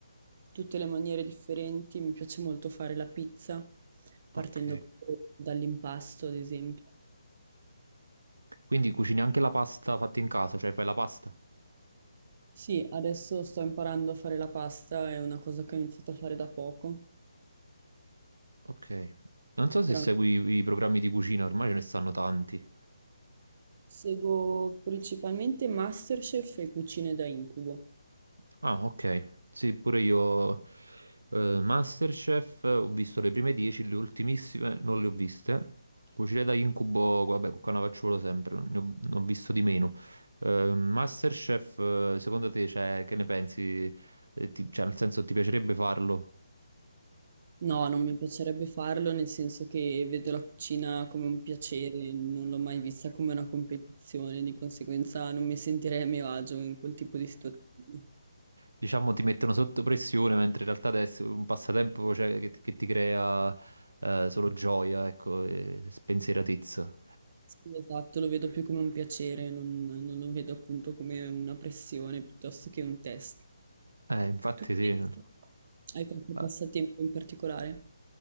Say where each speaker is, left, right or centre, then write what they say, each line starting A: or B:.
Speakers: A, on the right; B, on the right.
A: tutte le maniere differenti. Mi piace molto fare la pizza, partendo
B: Ok.
A: proprio dall'impasto, ad esempio.
B: Quindi cucini anche la pasta fatta in casa, cioè fai la pasta.
A: Sì, adesso sto imparando a fare la pasta, è una cosa che ho iniziato a fare da poco.
B: Ok. Non so se
A: Però
B: segui i programmi di cucina, ormai ce ne stanno tanti.
A: seguo principalmente MasterChef e cucine da incubo.
B: Ah, ok. Sì, pure io eh, Masterchef eh, ho visto le prime 10, le ultimissime non le ho viste. Cucine da incubo, vabbè, con Cannavacciuolo sempre, ne ho, ne ho visto di meno. Eh, Masterchef, eh, secondo te, cioè, che ne pensi? Eh, ti- cioè, nel senso, ti piacerebbe farlo?
A: No, non mi piacerebbe farlo, nel senso che vedo la cucina come un piacere, non l'ho mai vista come una competizione, di conseguenza non mi sentirei a mio agio in quel tipo di situazioni.
B: Diciamo, ti mettono sotto pressione, mentre in realtà adesso è un passatempo, cioè, che, che ti crea eh, solo gioia, ecco, e spensieratezza.
A: Sì, Esatto, lo vedo più come un piacere, non, non lo vedo appunto come una pressione piuttosto che un test.
B: Eh, infatti
A: Tu invece
B: sì.
A: hai qualche
B: Eh,
A: passatempo in particolare?